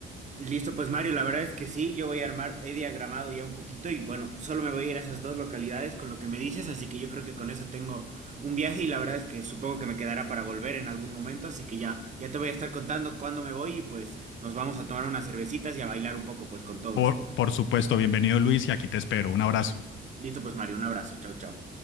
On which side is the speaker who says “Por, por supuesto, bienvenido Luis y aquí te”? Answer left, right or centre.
Left